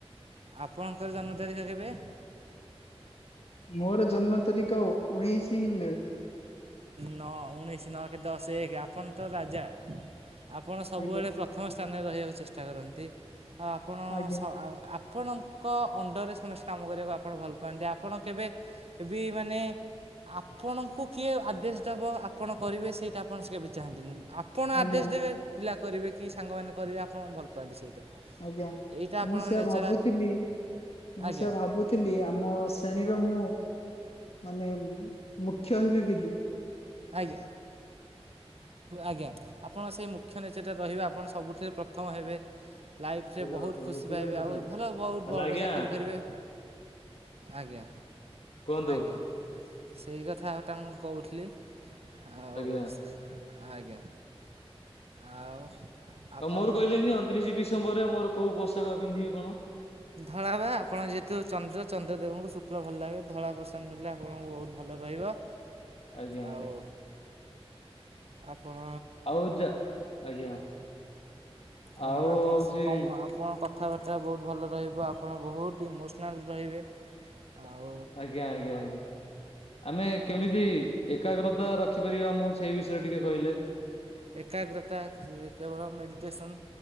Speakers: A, on the right (about 70°); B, on the left (about 70°).
A: ଆପଣଙ୍କର ଜନ୍ମ ତାରିଖ କେବେ?
B: ମୋର ଜନ୍ମ ତାରିଖ ଉଣେଇଶି ମେ।
A: ନଅ ଉଣେଇଶି ନଅ ଏକ ଦଶ ଏକ ଆପଣ ତ ରାଜା। ଆପଣ ସବୁବେଳେ
B: ଆଜ୍ଞା
A: ପ୍ରଥମ ସ୍ଥାନରେ ରହିବାକୁ ଚେଷ୍ଟା କରନ୍ତି। ଆଉ ଆପଣ
B: ଆଜ୍ଞା
A: ସ ଆପଣଙ୍କ ଅଣ୍ଡରରେ ସମସ୍ତେ କାମ କରିବାକୁ ଆପଣ ଭଲ ପାଆନ୍ତି ଆପଣ କେବେ ବି ମାନେ ଆପଣଙ୍କୁ କିଏ ଆଦେଶ ଦେବ ଆପଣ କରିବେ ସେଇଟା ଆପଣ ସେ କେବେ ଚାହାନ୍ତିନି ଆପଣ
B: ଆଜ୍ଞା
A: ଆଦେଶ ଦେବେ ପିଲା କରିବେ କି ସାଙ୍ଗମାନେ କରିବେ ଆପଣ ଭଲ ପାଆନ୍ତି ସେଇଟା।
B: ଆଜ୍ଞା
A: ଏଇଟା ଆପଣଙ୍କ
B: ମୁଁ ସେଆ
A: ନେଚର
B: ଭାବୁଥିଲି ମୁଁ
A: ଆଜ୍ଞା
B: ସେ ଭାବୁଥିଲି ଆମ ଶ୍ରେଣୀ ମୁଁ ମାନେ ମୁଖ୍ୟ ହେବି ବିଲିି।
A: ଆଜ୍ଞା ଆଜ୍ଞା। ଆପଣ ସେହି ମୁଖ୍ୟ ନେଚରଟା ରହିବେ ଆପଣ ସବୁଠାରେ ପ୍ରଥମ ହେବେ। ଲାଇଫରେ
B: ହ୍ୟାଲୋ
A: ବହୁତ ଖୁସି ପାଇବେ ଆଉ ଭଲ ବହୁତ ବଡ଼
B: ଆଜ୍ଞା
A: ଚାକିରି କରିବେ। ଆଜ୍ଞା
B: କୁହନ୍ତୁ
A: ଆଜ୍ଞା ସେଇ କଥା ତାଙ୍କୁ କହୁଥିଲି। ହଉ
B: ଆଜ୍ଞା
A: ଆଜ୍ଞା ଆଉ। ଆପଣ
B: ଆଉ ମୋର କହିଲେନି ଅଣତିରିଶ ଡିସେମ୍ବରରେ ମୋର କୋଉ ପୋଷାକ ପିନ୍ଧିବି କଣ?
A: ଧଳା ବା ଆପଣ ଯେହେତୁ ଚନ୍ଦ୍ର ଚନ୍ଦ୍ରଦେବଙ୍କୁ ଶୁକ୍ଲ ଭଲ ଲାଗେ ଧଳା ପସନ୍ଦ ନିଲେ ଆପଣଙ୍କୁ ବହୁତ ଭଲ ଭଲ ରହିବ।
B: ଆଜ୍ଞା ଆଜ୍ଞା।
A: ଆଉ ଆପଣ
B: ଆଉ ଯ ଆଜ୍ଞା।
A: ଆପଣ
B: ଆଉ
A: ଆପଣ
B: ହଉଛି।
A: ଆପଣ କଥାବାର୍ତ୍ତା ବହୁତ ଭଲ ରହିବ ଆପଣ ବହୁତ ଇମୋସନାଲ୍ ରହିବେ ଆଉ
B: ଆଜ୍ଞା ଆଜ୍ଞା ଆଜ୍ଞା। ଆମେ କେମିତି ଏକାଗ୍ରତା ରଖିପାରିବା ମୁଁ ସେଇ ବିଷୟରେ ଟିକେ କହିଲେ?
A: ଏକାଗ୍ରତା କେବଳ ମେଡିଟେସନ